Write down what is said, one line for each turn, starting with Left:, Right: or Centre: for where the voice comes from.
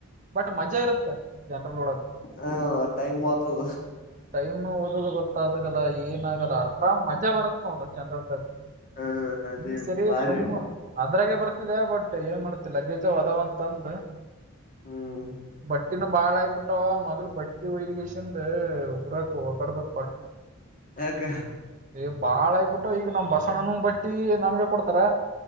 Right: ಬಟ್ ಮಜಾ ಇರುತ್ತ ಜನರಲ್ ಒಳಗ
Left: ಹಾ ಟೈಮ್ ಹೋತದು
Right: ಟೈಮ್ ಓದೋದು ಗೊತ್ತಾದಾಗಲ್ಲ ಏನ ಆಗಲ್ಲ ಆರಾಮ್ ಮಜಾ ಬರುತ್ತ ನೋಡ ಜನರಲ್ದಾಗ
Left: ಹ ಅದೇ
Right: ಈ ಸರಿ
Left: ಬಾರಿ
Right: ಸುಮ್ಮ ಅದ್ರಾಗೆ ಬರ್ತ ಕೊಟ್ಟಿದೆ ಬಟ್ ಏನ್ ಮಾಡ್ತಿ ಲಗೇಜ ಅವ ಅದಾವ ಅಂತಂದ
Left: ಹ್ಮ್
Right: ಬಟ್ಟಿನ ಬಾಳ ಆಗಬಿಟ್ಟವ ಮೊದ್ಲು ಬಟ್ಟಿ ಒಯ್ಗೆಷ್ ದ ಊರಾಕ್ ಒಕ್ಕಡ್ಬೇಕ ಪಟ್ನ
Left: ಯಾಕ
Right: ಏ ಬಾಳಾಗಿಬಿಟ್ಟವ ಈಗ ನಮ್ ಬಸಣನ್ವೂ ಬಟ್ಟಿ ನಮ್ಗೆ ಕೊಡ್ತಾರ